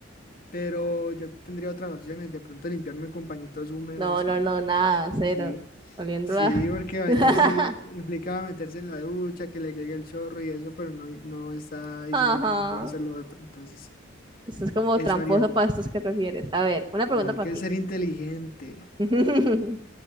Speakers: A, on the left; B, on the right.
A: pero yo tendría otras opciones, de pronto limpiarme con pañitos húmedos
B: No, no,
A: y ya.
B: no, nada, cero.
A: Sí,
B: Oliendo
A: sí,
B: a...
A: porque bañarse
B: <laughs>
A: i- implicaba meterse en la ducha, que le caiga el chorro y eso, pero no, no está diciendo
B: Ajá.
A: que no pueda hacer lo otro. Entonces,
B: Esto es como
A: eso
B: tramposo
A: haría yo.
B: para estos que prefieres. A ver, una pregunta
A: No, hay
B: para
A: que
B: ti.
A: ser inteligente.
B: <laughs>